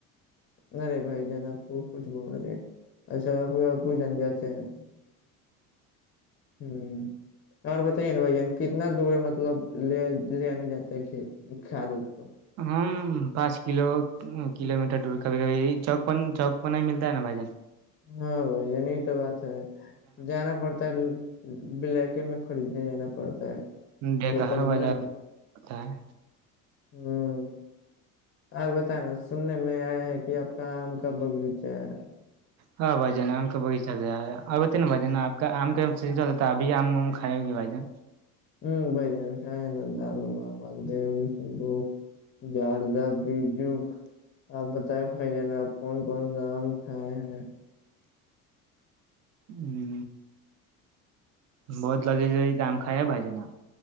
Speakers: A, on the left; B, on the right.
A: نہیںرے بھائی جان آپ کو کچھ بولنا اچھا آپ پو جن جاتے ہیں ہ اور بتائیے نا بھائی جن کت اتنا دور ہے مطلب لے لے آنے جاتے ہے کھیت کھاد ہو تو
B: ہم پانچ کلو کلو میٹر دور کبھی کبھی چوک چوک پ نہیں ملتا ہے نا بھائی جان
A: ہاں بھائی یہ نہیں تو بات ہے جانا پڑتا ہے بلیک میں خریدنے جانا پڑتا ہے
B: بےکہار
A: لوکل
B: بازار
A: میں نا
B: پڑتا ہے
A: ہوں اور بتا نا سننے میں آیا ہے کہ آپ کا آم کا بغیچہ ہے
B: ہاں بھائی جان آم کا بغیچہتے نا بھا جن آپ کام کاتا ابھی آمم کھائے گی بھائیان
A: ہوں بھ جان کھائے نا دال مالدوبو جاردہ بیجو آپ بتائ بھائی جان آپ کون کون سا آم کھائے ہیں
B: ہ بہت لازآم کھا ے بھائی جن جناب